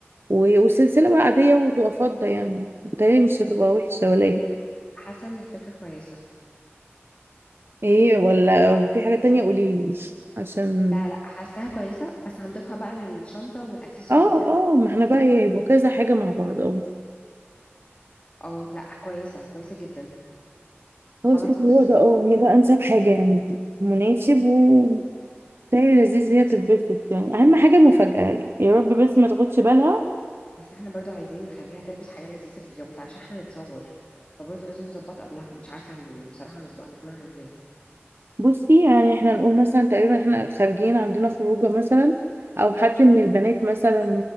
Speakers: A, on the right; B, on the left.
A: و- والسلسلة بقى عادية وتبقى فضة يعني بتهيألي مش هتبقى وحشة ولا ايه
B: حاسة ان الفكرة كويسة
A: ايه ولا في حاجة تانية قوليلي عشان
B: لا لا حاساها كويسة بس هنضيفها بقى للشنطة والاكسسوارز
A: اه
B: اللي احنا
A: اه ما
B: هنضيفها
A: احنا بقى هيبقوا كذا حاجة مع بعض اه
B: اه لا كويسة كويسة جدا خلاص
A: خلاص
B: بصي
A: هو ده اه هي ده انسب حاجة يعني مناسب و بتهيألي لذيذ هي تتبسط يعني اهم حاجة المفاجأة يا رب بس ما تاخدش بالها
B: بس احنا برضو عايزين نخليها تلبس حاجة لذيذة في اليوم ده عشان احنا نتصور فبرضو لازم نظبط قبلها مش عارفة هن- بصراحة هنظبط نقنعها ازاي
A: بصي يعني احنا نقول مثلا تقريبا احنا خارجين عندنا خروجه مثلا او حد من البنات مثلا